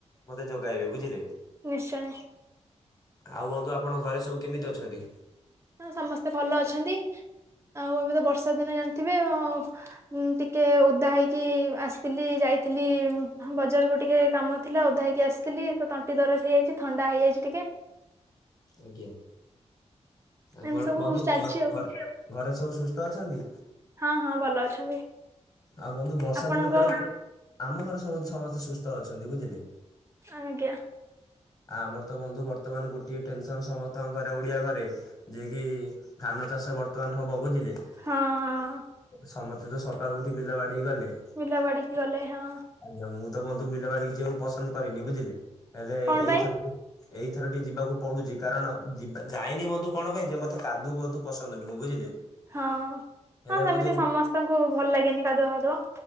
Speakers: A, on the left; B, on the right.
A: ମତେ ଯୋଗାଇବେ ବୁଝିଲେ?
B: ନିଶ୍ଚଏ।
A: ଆଉ ବନ୍ଧୁ ଆପଣଙ୍କ ଘରେ ସବୁ କେମିତି ଅଛନ୍ତି?
B: ସମସ୍ତେ ଭଲ ଅଛନ୍ତି। ଆଉ ଏବେ ତ ବର୍ଷା ଦିନ ଜାଣିଥିବେ ଆଉ। ଟିକେ ଓଦା ହେଇକି ଆସିଥିଲି। ଯାଇଥିଲି ବଜାରକୁ ଟିକେ କାମ ଥିଲା ଓଦା ହେଇକି ଆସିଥିଲି। ତଣ୍ଟି ଦରଜ ହେଇଯାଇଛି ଥଣ୍ଡା ହେଇଯାଇଛି ଟିକେ।
A: ଆଜ୍ଞା। ଆଉ
B: ଏମିତି ସବୁ
A: ବନ୍ଧୁ
B: ଚାଲିଛି
A: ଘରେ
B: ଆଉ
A: ଘର ଘରେ ସବୁ ସୁସ୍ଥ ଅଛନ୍ତି?
B: ହଁ ହଁ ଭଲ ଅଛନ୍ତି।
A: ଆଉ ବନ୍ଧୁ ବର୍ଷା
B: ଆପଣଙ୍କ
A: ଦିନ କୁଆଡେ? ଆମ ଘରେ ସବୁ ସମସ୍ତେ ସୁସ୍ଥ ଅଛନ୍ତି ବୁଝିଲେ।
B: ଆଜ୍ଞା।
A: ଆ ଆମର ତ ବନ୍ଧୁ ବର୍ତ୍ତମାନ ଗୋଟିଏ ଟେନସନ ସମସ୍ତଙ୍କ ଘରେ ଓଡିଆ ଘରେ ଯେକି ଧାନ ଚାଷ ବର୍ତ୍ତମାନ ହବ ବୁଝିଲେ?
B: ହଁ ହଁ।
A: ସମସ୍ତେ ତ ସକାଳୁ ଉଠି ବିଲ ବାଡିିକି ଗଲେ।
B: ବିଲ ବାଡିିକି ଗଲେ ହଁ।
A: ଆଜ୍ଞା। ମୁଁ ତ ବନ୍ଧୁ ବିଲବାଡିକି ଯିବାକୁ ପସନ୍ଦ କରେନି ବୁଝିଲେ। ହେଲେ
B: କଣ
A: ଏଇଥ
B: ପାଇଁ
A: ଏଇଥରଟି ଯିବାକୁ ପଡୁଛି କାରଣ ଯିବା ଯାଏନି ବନ୍ଧୁ କଣ ପାଇଁ ଯେ ମତେ କାଦୁଅ ବନ୍ଧୁ ପସନ୍ଦ ନୁହେଁ ବୁଝିଲେ?
B: ହଁ।
A: ହେଲେ
B: ହଁ ସେମିତି
A: ବନ୍ଧୁ ଏଇ-
B: ସମସ୍ତଙ୍କୁ ଭଲ ଲାଗେନି କାଦୁଅ ଫାଦୁଅ।